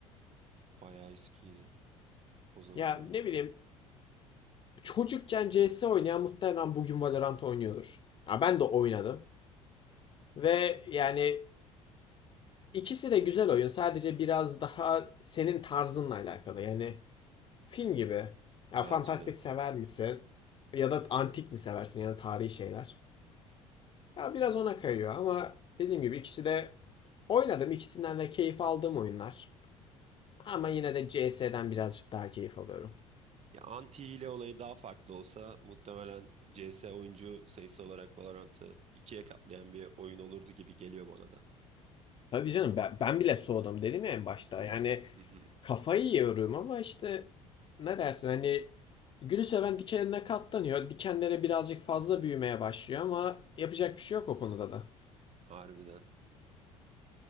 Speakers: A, on the right (about 40°); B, on the left (about 30°).
A: Bayağı eskiydi o zamanla.
B: Ya ne bileyim çocukken C S oynayan muhtemelen bugün Valorant oynuyordur. Ya ben de oynadım. Ve yani ikisi de güzel oyun. Sadece biraz daha senin tarzınla alakalı. Yani Film gibi. Ya
A: Bence
B: fantastik
A: de.
B: sever misin? Ya da antik mi seversin yani tarihi şeyler? Ya biraz ona kayıyor ama dediğim gibi ikisi de oynadım. İkisinden de keyif aldığım oyunlar. Ama yine de CS'den birazcık daha keyif alıyorum.
A: Ya anti hile olayı daha farklı olsa muhtemelen CS oyuncu sayısı olarak Valorant'ı ikiye katlayan bir oyun olurdu gibi geliyor bana da.
B: Tabii canım ben, ben bile soğudum dedim ya en başta. Yani
A: Hı hı.
B: kafayı yiyorum ama işte ne dersin hani gülü seven dikenine katlanıyor. Dikenlere birazcık fazla büyümeye başlıyor ama yapacak bir şey yok o konuda da.
A: Harbiden.